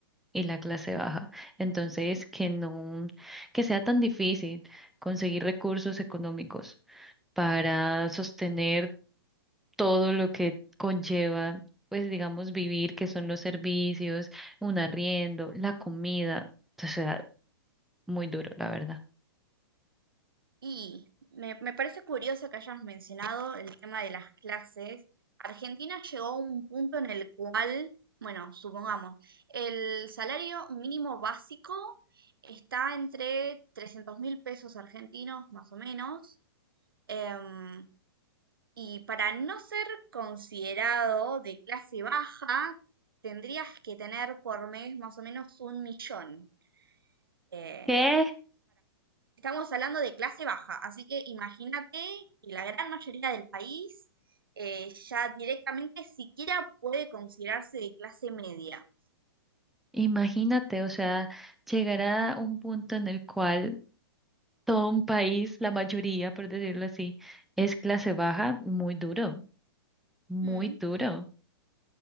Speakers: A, in the centre; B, on the right.
A: y la clase baja. Entonces, que no, que sea tan difícil conseguir recursos económicos para sostener todo lo que conlleva, pues digamos, vivir, que son los servicios, un arriendo, la comida, o sea, muy duro, la verdad.
B: Y me, me parece curioso que hayas mencionado el tema de las clases. Argentina llegó a un punto en el cual, bueno, supongamos, el salario mínimo básico está entre trescientos mil pesos argentinos, más o menos. em, y para no ser considerado de clase baja, tendrías que tener por mes más o menos un millón. eh,
A: ¿Qué?
B: estamos hablando de clase baja, así que imagínate que la gran mayoría del país eh, ya directamente siquiera puede considerarse de clase media.
A: Imagínate, o sea, llegar a un punto en el cual todo un país, la mayoría, por decirlo así, es clase baja, muy duro, muy
B: Mm.
A: duro.